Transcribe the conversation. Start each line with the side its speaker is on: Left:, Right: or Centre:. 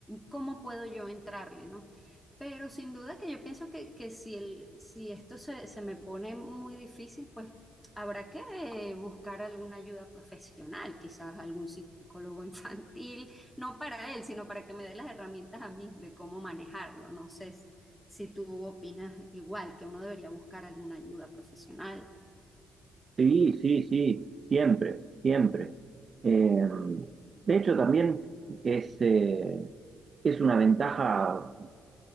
Centre: cómo puedo yo entrarle, ¿no? Pero sin duda que yo pienso que, que si, el, si esto se, se me pone muy difícil, pues habrá que eh, buscar alguna ayuda profesional, quizás algún psicólogo infantil no para él, sino para que me dé las herramientas a mí de cómo manejarlo. No sé s- si tú opinas igual, que uno debería buscar alguna ayuda profesional,
Right: Sí, sí, sí, siempre, siempre. Eh, de hecho, también es, eh, es una ventaja